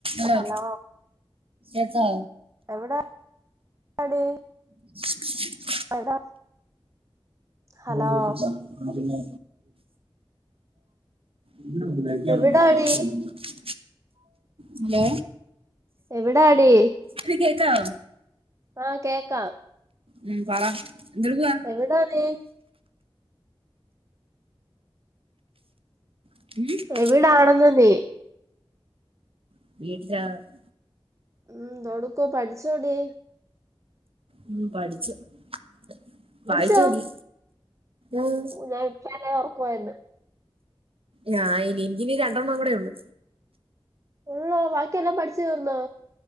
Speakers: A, on the right (about 65°); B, on the right (about 30°).
A: ആഹ്
B: ഹലോ
A: എന്താ
B: എവിടെയാടി
A: <unintelligible>
B: എവിടാ ഹലോ
A: വിളിച്ചിച്ചതാ എന്നാപിന്നെ <unintelligible>
B: എവിടാടി
A: ഹലോ
B: എവിടാടി
A: എടീ കേക്കാവോ
B: ആഹ് കേക്കാം
A: ഉം പറ എന്തെടുക്കുവാ
B: എവിടാ നീ
A: <inaudible>
B: എവിടാണെന്ന് നീ
A: <unintelligible>
B: ഉം എന്താടുക്കുവാ പഠിച്ചോടീ?
A: ഉം പഠിച്ചുവായിച്ചു
B: പഠിച്ചോ
A: നോക്കി ആഹ്
B: ഞാനിത്രയും നേരം ഉറക്കമായിരുന്നു.
A: ഞാനിനി എനിക്കിനി രണ്ടെണ്ണംകൂടെയുള്ളു.
B: ഉള്ളോ വാക്കിയെല്ലാം പഠിച്ചു തീർന്നോ?